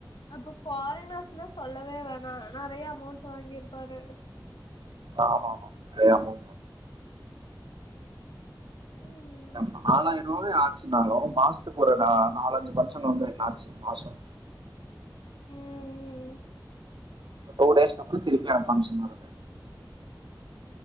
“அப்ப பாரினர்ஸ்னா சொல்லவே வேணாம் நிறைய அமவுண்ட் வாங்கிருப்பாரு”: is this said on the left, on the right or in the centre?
Left